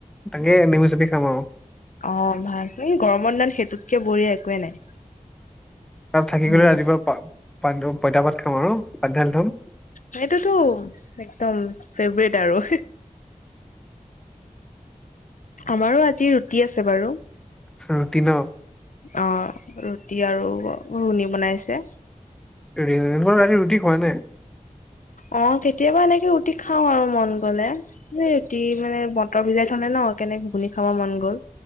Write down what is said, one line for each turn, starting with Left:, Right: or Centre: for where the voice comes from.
Centre: তাকে নেমু চেপি খাম আৰু।
Left: অ', ভাল গৰমৰ দিনত সেইটোতকে বঢ়িয়া একোৱেই নাই।
Centre: তাত থাকি
Left: উম
Centre: গ'লে ৰাতিপুৱা প পইতা পাত খাম আৰু পানী ঢালি ধম।
Left: সটোতো একদম ফেভৰেট আৰু। আমাৰো আজি ৰুটি আছে বাৰু। অ',
Centre: ৰুটি ন
Left: ৰুটি আৰু ঘুগুনী বনাইছে।
Centre: ৰাতি ৰুটি খোৱা নাই।
Left: অ কেতিয়াবা এনেকে ৰুটি খাও আৰু মন গলে, ৰুটি মানে মটৰ ভিজাই থলে ন কেনেক ঘুগুনি খাব মন গ'ল।